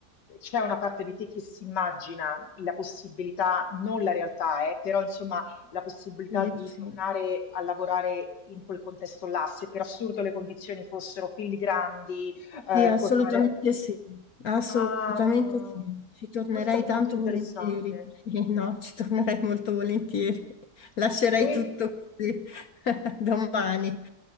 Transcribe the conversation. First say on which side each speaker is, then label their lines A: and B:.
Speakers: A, on the left (about 80°); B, on the left (about 60°).
A: c'è una parte di te che si immagina la possibilità, non la realtà, eh, però insomma, la possibilità
B: Io
A: di
B: sì,
A: tornare a lavorare in quel contesto là, se per assurdo le condizioni fossero filigrandi, eh,
B: Sì, assolutamente
A: puoi fare.
B: sì, assolutamente
A: Ah,
B: sì. Ci tornerei
A: questo è molto
B: tanto
A: interessante.
B: volentieri. Sì, no, ci tornerei molto volentieri. <laughs> Lascerei
A: Que-
B: tutto così <laughs> domani,